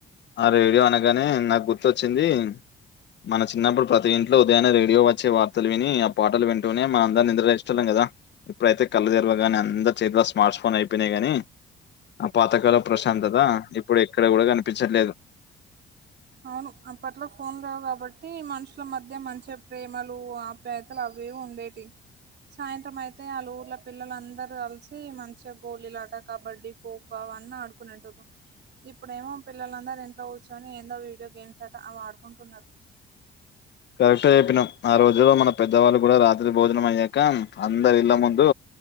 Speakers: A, on the left; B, on the right.
A: ఆ రేడియో అనగానే నాకు గుర్తొచ్చింది మన చిన్నప్పుడు ప్రతి ఇంట్లో ఉదయన రేడియో వచ్చే వార్తలు విని ఆ పాటలు వింటూనే మన అందరం నిద్ర లేష్టలం కదా ఇప్పుడైతే కళ్ళ తెరువ గాని అందరు చేతిలో స్మార్ట్స్ ఫోన్ అయిపోయినాయి గాని ఆ పాతకాలం ప్రశాంతత ఇప్పుడు ఎక్కడ కూడా కనిపించట్లేదు
B: అవును అప్పట్లో ఫోన్ లేవు కాబట్టి మనుషుల మధ్య మంచి ప్రేమలు ఆప్ పేతలు అవి ఇవి ఉండేటివి సాయంత్రం అయితే ఆళ్ళ ఊర్ల పిల్లలందరూ కలిసి మంచిగా గోలిలాట కబడ్డీ పోకు వన్న ఆడుకునేటోళ్లు ఇప్పుడ ఏమో పిల్లలందరూ ఇంట్లో కూచ్చుని ఏందో వి వీడియో గేమ్స్ అట అవి ఆడుకుంటున్నారు
A: కరెక్ట్ గా చెప్పినవ్ ఆ రోజుల్లో మన పెద్దవాళ్ళు కూడా రా త్రి భోజనం అయ్యాక అందరు ఇళ్ళ ముందు